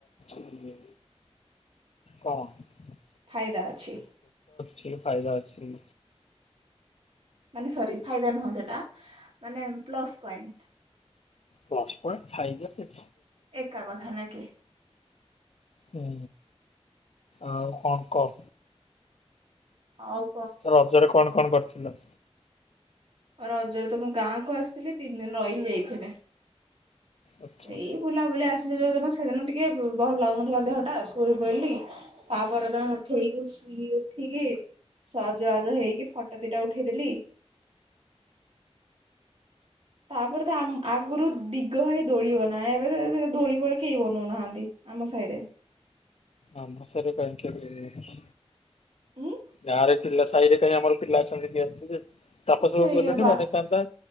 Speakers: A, on the left; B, on the right.
A: ଅଛି। କଣ?
B: ଫାଇଦା ଅଛି।
A: କି ଫାଇଦା ଅଛି।
B: ମାନେ ସରି ଫାଇଦା ନୁହଁ ସେଟା, ମାନେ ପ୍ଲସ ପଏଣ୍ଟ।
A: ପ୍ଲସ ପ୍ୟାଣ୍ଟ ଫାଇଦା ସେ
B: ଏକା କଥା ନା କି?
A: ହୁଁ ଆଉ କଣ କ।
B: ହଉ।
A: ତାର ରଜ ରେ କଣ କଣ କରିଥିଲ?
B: ଆଉ ରଜରେ ତ ମୁ ଗାଁ କୁ ଆସିଥିଲି ତିନି ଦିନ ରହିକି ଯାଇଥିଲି।
A: ଆଚ୍ଛା।
B: ଏଇ ବୁଲାବୁଲି ଆସ ଯଦିନ ସେଦିନ ଟିକେ ଭଲ ଲାଗୁନଥିଲା ଦେହ ଟା ଶୋଇ ପଇଲି ତାପର ଦିନ ଉଠେଇକି ଟିକେ ଉଠିକି ସଜବାଜ ହେଇକି ଫଟୋ ଦିଟା ଉଠେଇ ଦେଲି। ତାପରେ ତ ଆମ ଆଗରୁ ଦିଗ ହୋଇ ଦୋଳି ବାନା ହୁଏ, ଏବେ ଦୋଳି ଫୋଳି କେହି ବନଉନାହାନ୍ତି। ଆମ ସାହିରେ।
A: ଆମ ସାହିରେ କାଇଁ କିଏ ଦୋଳି ଲଗାଉଛି,
B: ଉଁ
A: ଗାଁ ରେ ଥିଲା ସାହିରେ କାଇଁ ଆମର ପିଲା ଅଛନ୍ତି କିଏ ଅଛି ଯେ ତାପ
B: ସେଇଆ
A: ସବୁ କଲେଣିି
B: ବା
A: ମନେ ଚାତା